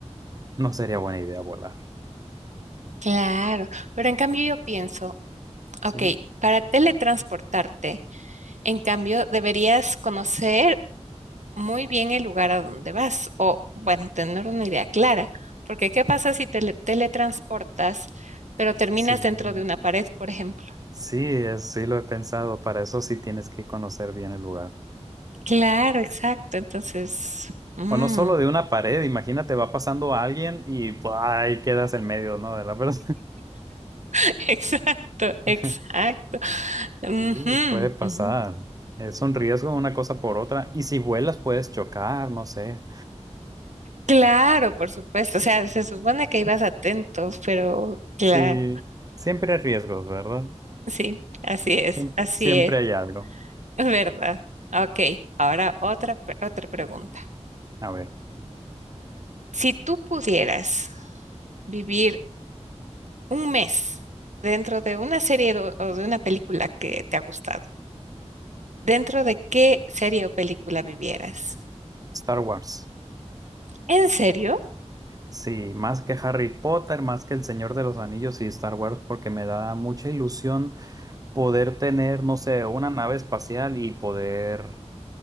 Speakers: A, on the right (about 30°); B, on the right (about 80°).
A: no sería buena idea volar,
B: Claro, pero en cambio yo pienso,
A: ¿sí?
B: ok, para teletransportarte, en cambio deberías conocer muy bien el lugar a donde vas o, bueno, tener una idea clara, porque ¿qué pasa si te le- teletransportas, pero terminas
A: Sí,
B: dentro de una pared, por ejemplo?
A: sí, es- sí lo he pensado, para eso sí tienes que conocer bien el lugar.
B: Claro, exacto. Entonces, mm,
A: O no solo de una pared, imagínate, va pasando alguien y ¡buah! ahí quedas en medio, ¿no? De la verdad.
B: <laughs> exacto, exacto.
A: <laughs>
B: Ujú,
A: Sí, puede pasar.
B: ujú.
A: Es un riesgo una cosa por otra. Y si vuelas puedes chocar, no sé.
B: Claro, por supuesto. O sea, se supone que ibas atentos, pero claro,
A: Sí, siempre hay riesgos, ¿verdad?
B: sí, así es,
A: Siem-
B: así
A: siempre
B: es,
A: hay algo.
B: ¿verdad? Ok, ahora otra, pre- otra pregunta.
A: A ver,
B: Si tú pudieras vivir un mes dentro de una serie do- o de una película que te ha gustado, ¿dentro de qué serie o película vivieras?
A: Star Wars.
B: ¿En serio?
A: Sí, más que Harry Potter, más que El Señor de los Anillos y Star Wars, porque me da mucha ilusión poder tener, no sé, una nave espacial y poder,